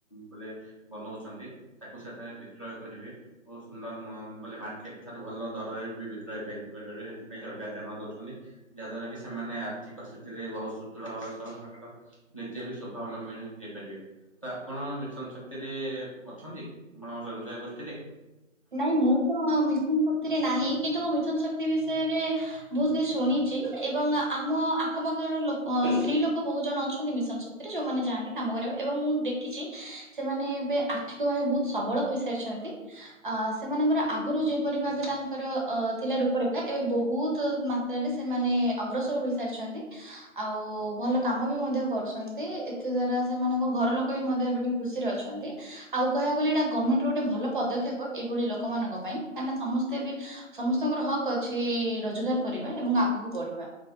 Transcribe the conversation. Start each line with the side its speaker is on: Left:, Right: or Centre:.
Left: ବୋଲେ ବନଉଛନ୍ତି ତାକୁ ସେଠାରେ ବିକ୍ରୟ କରିବେ ଓ ସୁନ୍ଦର ମମ ବଲେ ମାର୍କେଟ ଠାରୁ ଭଲ ଦରରେ ବି ବିକ୍ରୟ ପାଇ <unintelligible> ସେଥିପାଇଁ ସରକାର ଧ୍ୟାନ ଦଉଛନ୍ତି। ଯାହାଦ୍ଵାରା କି ସେମ୍ ମାନେ ଆର୍ଥିକ ସ୍ଥିତିରେ ବହୁତ ସୁଦୃଢ଼ ହବା ସହ, ତାଙ୍କର ନିଜେ ବି ସ୍ୱଭାବଲମ୍ବୀନି ହେଇପାରିବେ। ତ ଆପଣ ମିଶନ ଶକ୍ତିରେ ଅଛନ୍ତି, ଆପଣଙ୍କ ସ୍ୱୟଂସହାୟକ ଗୋଷ୍ଠୀରେ?
Right: ନାଇଁ ମୁଁ ତ ମିଶନ ଶକ୍ତିରେ ନାହିଁ କିନ୍ତୁ ମୁଁ ମିଶନ ଶକ୍ତି ବିଷୟରେ ବହୁତ କିଛି ଶୁଣି ଚି ଏବଂ ଆମ ଆଖପାଖରୋ କ ଲୋକ ସ୍ତ୍ରୀ ଲୋକ ବହୁତ ଜଣ ଅଛନ୍ତି ମିଶନ ଶକ୍ତିରେ ଯୋଉମାନେ ଯାଆନ୍ତି କାମ। କାମ କରିବାକୁ ଏବଂ ମୁଁ ଦେଖିଛି ସେମାନେ ଏବେ ଆର୍ଥିକ ଭାବେ ବହୁତ ସବଳ ହୋଇସାରିଛନ୍ତି। ଅ ସେମାନଙ୍କର ଆଗୁରୁ ଯେପରି ଭାବେ ତାଙ୍କର ଅ ଥିଲା ରୂପରେଖା ଏବେ ବହୁତୁ ମାତ୍ରାରେ ସେ ମାନେ ଅଗ୍ରସର ହୋଇ ସାରିଛନ୍ତି ଆଉ ଭଲ କାମ ବି ମଧ୍ୟ କରୁଛନ୍ତି ଏଥିଦ୍ଵାରା ସେମାନଙ୍କ ଘର ଲୋକ ବି ମଧ୍ୟ ଏବେ ଟିକେ ଖୁସିରେ ଅଛନ୍ତି, ଆଉ କହିବାକୁ ଗଲେ ଏଟା ଗମେଣ୍ଟର ଗୋଟେ ଭଲ ପଦକ୍ଷେପ। ଏଇଭଳି ଲୋକମାନଙ୍କ ପାଇଁ କାହିଁକିନା ସମସ୍ତେ ବି ସମସ୍ତଙ୍କର ହକ୍ ଅଛି ରୋଜଗାର କରିବା ଏବଂ ଆ ଆଗୁକୁ ବଢିବା,